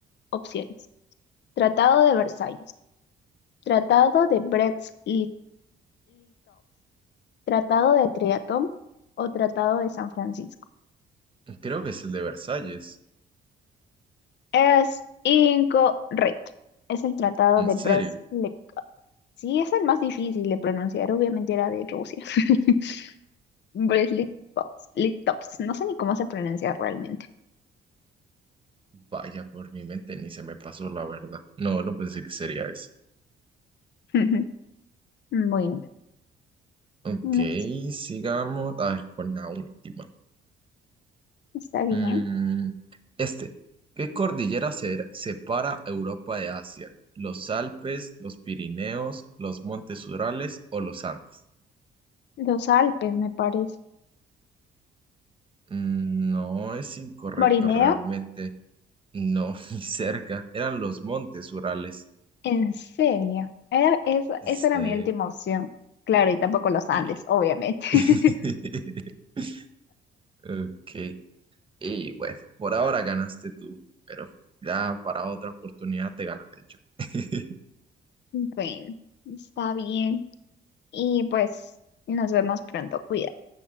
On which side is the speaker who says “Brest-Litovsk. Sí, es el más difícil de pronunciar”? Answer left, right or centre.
Left